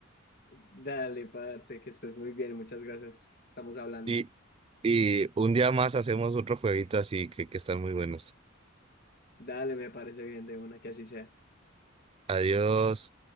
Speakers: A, on the left; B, on the right.
A: dale, parce, que estés muy bien, muchas gracias. Estamos hablando.
B: Y, y un día más hacemos otro jueguito así que, que están muy buenos.
A: Dale, me parece bien de una, que así sea.
B: Adiós.